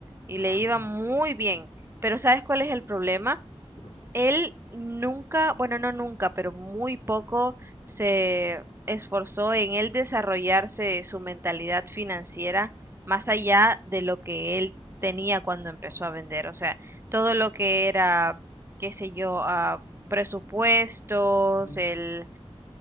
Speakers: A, on the right; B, on the left.
A: y
B: Ah,
A: le iba muy bien. Pero ¿sabes cuál es el problema?
B: ¿qué pasó?
A: Él nunca, bueno, no nunca, pero muy poco se esforzó en él desarrollarse su mentalidad financiera más allá de lo que él tenía cuando empezó a vender. O sea, todo lo que era, qué sé yo, ah, presupuestos,
B: Ujú.
A: el